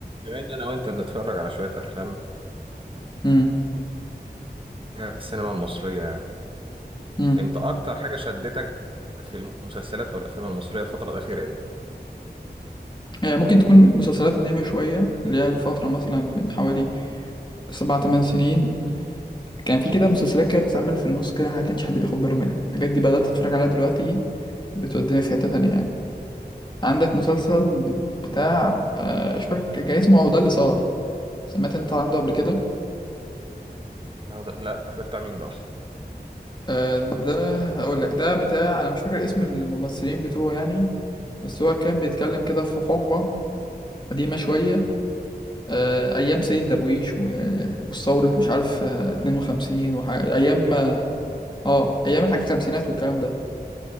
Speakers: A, on the right; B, on the left.
A: بما ان انا وانت بنتفرج على شويه افلام
B: امم
A: فيها السينما المصريه يعني
B: امم
A: انت اكتر حاجه شدتك في المسلسلات او الافلام المصريه الفتره الاخيره ايه
B: يعني ممكن تكون مسلسلات قديمة شوية اللي هي الفترة مثلا من حوالي سبع تمن سنين كان في كده مسلسلات كده بتتعمل في النص كده ما كانش حد بياخد باله منها الحاجات دي بدأت أتفرج عليها دلوقتي بتوديني في حتة تانية يعني عندك مسلسل بتاع آه، مش فاكر كان اسمه أهو ده اللي صار سمعت أنت عنده قبل كده
A: لا ده, لا ده بتاع مين ده اصلا
B: آه، ده هقول لك ده بتاع أنا مش فاكر اسم الممثلين بتوعه يعني بس هو كان بيتكلم كده في حقبة قديمة شوية آه، ايام سيد درويش و- والثورة مش عارف آه، 52 وح... ايام اه آه، ايام الحاجة الخمسينات والكلام ده